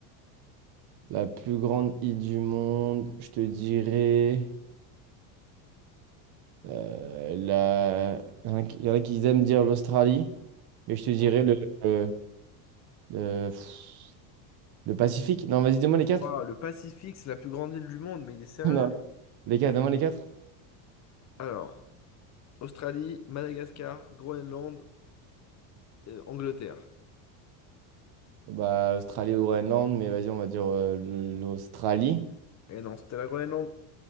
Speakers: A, on the right; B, on the left.
A: La plus grande île du monde, je te dirais. Euh, la- Il y en a qui il y en a qui aiment dire l'Australie, mais je te dirais
B: Ouais.
A: le, le, le- pff, le Pacifique. Non, vas-y, dis-moi les quatre.
B: Ouah, le Pacifique, c'est la plus grande île du monde, mais il est sérieux?
A: <laughs> Non, les quatre, dis-moi les quatre.
B: Alors, Australie, Madagascar, Groenland, euh, Angleterre.
A: Bah, Australie ou Groenland, mais vas-y, on va dire euh, le- l'Australie.
B: Et non, c'était la Groenland.